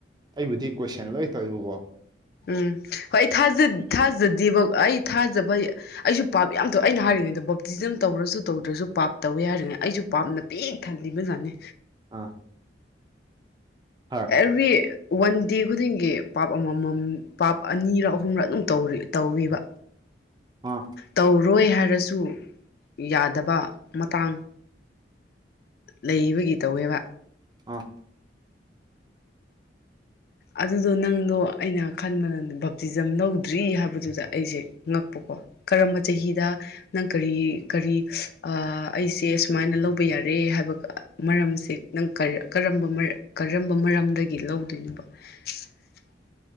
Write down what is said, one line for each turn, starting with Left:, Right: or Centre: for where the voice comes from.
Right: ꯑꯩꯕꯨꯗꯤ ꯀꯣꯏꯁꯟ ꯂꯣꯏ ꯇꯧꯔꯤꯕꯀꯣ
Left: ꯎꯝ ꯍꯣꯏ ꯑꯩꯥꯖ ꯊꯥꯖꯗꯦꯕ ꯑꯩ ꯊꯥꯖꯕ ꯑꯩꯁꯨ ꯄꯥꯞ ꯌꯥꯝꯗꯣ ꯑꯩꯅ ꯍꯥꯏꯔꯤꯉꯩꯗ ꯕꯨꯞꯇꯤꯖꯝ ꯇꯧꯔꯁꯨ ꯇꯧꯗ꯭ꯔꯁꯨ ꯄꯥꯞ ꯇꯧꯋꯦ ꯍꯥꯏꯔꯤꯉꯩ ꯑꯩꯁꯨ ꯄꯥꯞꯅ ꯄ ꯊꯜꯂꯤꯃꯖꯥꯦ
Right: ꯑꯥ ꯍꯣꯏ
Left: ꯑꯦꯚ꯭ꯔꯤ ꯋꯥꯟ ꯗꯦ ꯈꯨꯗꯤꯡꯒꯤ ꯄꯥꯞ ꯑꯃꯃꯝ ꯄ ꯑꯅꯤꯔ ꯑꯍꯨꯝꯔ ꯑꯗꯨꯝ ꯇꯧ ꯇꯧꯔꯤꯕ
Right: ꯑ
Left: ꯇꯧꯔꯣꯏ ꯍꯥꯏꯔꯁꯨ ꯌꯥꯗꯕ ꯃꯇꯥꯡ ꯂꯩꯕꯒꯤ ꯇꯧꯋꯦꯕ
Right: ꯑꯥ
Left: ꯑꯗꯨꯗꯣ ꯅꯪꯗꯣ ꯑꯩꯅ ꯈꯟꯕ ꯅ ꯕꯥꯞꯇꯤꯖꯝ ꯂꯧꯗ꯭ꯔꯤ ꯍꯥꯏꯕꯗꯨꯗ ꯑꯩꯁꯦ ꯉꯛꯄꯀꯣ ꯀꯔꯝꯕ ꯆꯍꯤꯗ ꯅꯪ ꯀꯔꯤ ꯀꯔꯤ ꯑꯩꯁꯦ ꯁꯨꯃꯥꯏꯅ ꯂꯧꯕ ꯌꯥꯔꯦ ꯍꯥꯏꯕ ꯃꯔꯝꯁꯦ ꯅꯪ ꯀꯝꯕ ꯀꯔꯝꯕ ꯃꯔꯝꯗꯒꯤ ꯂꯧꯗꯣꯏꯅꯣꯕ <inaudible>